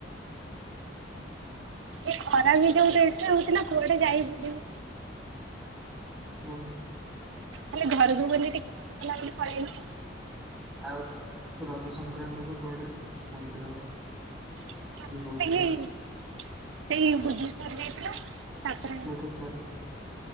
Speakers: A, on the right; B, in the centre.
A: ଏ ଖରା ବି ଯୋଉ ରେଠରେ ହଉଥିଲା କୁଆଡେ ଯାଇ ବୁଲିବୁ।
B: ଓହୋ।
A: ଖାଲି ଘରକୁ ବୋଲି ଟିକେ <unintelligible> ପଳେଇଲୁ ଆଉ।
B: ଆଉ ରଜ ସଂକ୍ରାନ୍ତି କୁଆଡେ ମନ୍ଦିର
A: ତାଙ୍କର
B: କି କୋଉଠି
A: ସେଇ ସେଇ <inaudible> ଯାଇଥିଲୁ ତା ପରେ
B: ବୁଦ୍ଧେଶ୍ୱର।